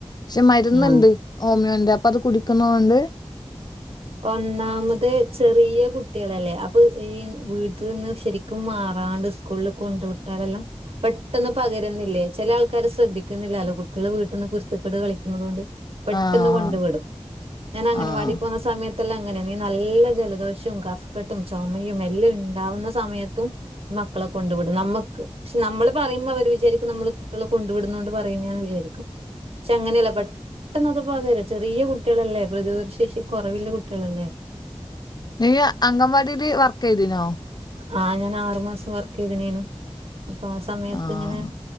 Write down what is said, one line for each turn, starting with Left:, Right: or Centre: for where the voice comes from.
Left: പക്ഷെ മരുന്ന്ണ്ട്
Right: ആഹ്
Left: ഹോമിയോന്റെ അപ്പത് കുടിക്കുന്നൊണ്ട്
Right: ഒന്നാമത് ചെറിയ കുട്ട്യാളല്ലെ അപ്പൊ ഈ വീട്ടിൽന്ന് ശരിക്കും മാറാണ്ട് സ്കൂളിൽ കൊണ്ട് വിട്ടാലെല്ലാം.. പെട്ടെന്ന് പകരുന്നില്ലേ ചില ആൾക്കാര് ശ്രദ്ധിക്കുന്നില്ലാലൊ കുട്ട്യാള് വീട്ട്ന്ന് കുരുത്തക്കേട് കളിക്കണതോണ്ട് പെട്ടെന്ന്
Left: ആഹ്
Right: കൊണ്ട് വിടും ഞാൻ അംഗനവാടിപോണ
Left: ആഹ്.
Right: സമയത്തെല്ലാം അങ്ങനാണെ നല്ല ജലദോഷം, കഫക്കട്ടും, ചൊമയും എല്ലാം ണ്ടാവുന്ന സമയത്തും മക്കളെ കൊണ്ട് വിടും പക്ഷെ നമ്മള് പറയുമ്പോ അവര് വിചാരിക്കും കുട്ട്യാളെ കൊണ്ട് വിട്ന്നൊണ്ട് പറയന്നാന്ന് വിചാരിക്കും പക്ഷെ അങ്ങനെയല്ല പെട്ടെന്നത് പകരും ചെറിയ കുട്ട്യാളല്ലേ... പ്രതിരോധ ശേഷി കുറവില്ല കുട്ടികളല്ലെ
Left: നീ അങ്കൻവാടിട് വർക്കെയ്തീന്നൊ?
Right: അ ഞാൻ ആറു മാസം വർക്കെയ്തിനീനു അപ്പാസമയത്തിങ്ങനെ
Left: ആഹ്.